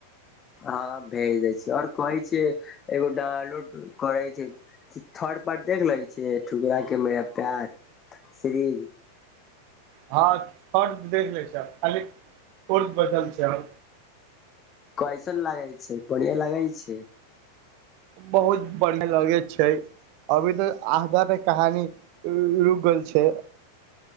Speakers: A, on the left; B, on the right.
A: हँ भेज दै छै आओर कहै छिय एगो डलोड करै छै थर पर देख लै छै ठुकरा के मेरा प्यार सिरीज
B: हँ <unintelligible> देख लै छै खाली फोर् बल छै आ
A: कइसन लागै छै बढ़िया लागै छै
B: बहुत बढ़ियां लागै छै अभी तो आगा के कहानी रुकल छै